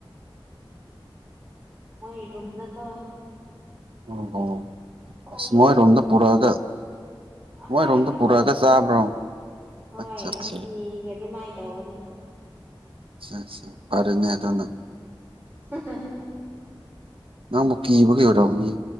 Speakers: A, on the right; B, on the right.
A: ꯃꯣꯏ ꯔꯨꯝꯗꯀꯣ
B: <unintelligible>
A: ꯈꯣꯡꯗꯣ
B: ꯑꯁ ꯃꯣꯏꯔꯣꯝꯗ
A: ꯂꯣꯏ
B: ꯄꯨꯔꯛꯑꯒ ꯃꯣꯏꯔꯣꯝꯗ
A: ꯍꯣꯏ ꯑꯗꯨꯝ
B: ꯄꯨꯔꯛꯑꯒ
A: ꯇꯧꯕꯅꯦ
B: ꯆꯥꯕ꯭ꯔꯣ
A: ꯍꯣꯏ
B: ꯑꯠꯆꯥ ꯑꯠꯆꯥ
A: ꯅꯨꯡꯇꯤꯒꯤ ꯑꯗꯨꯃꯥꯏꯅ ꯇꯧꯕꯅꯦ
B: ꯑꯁꯥ ꯑꯁꯥ ꯐꯔꯦꯅꯦ ꯑꯗꯨꯅꯥ
A: <unintelligible>
B: ꯅꯪꯕꯨ ꯀꯤꯕꯒꯤ ꯑꯣꯏꯔꯝꯒꯅꯤ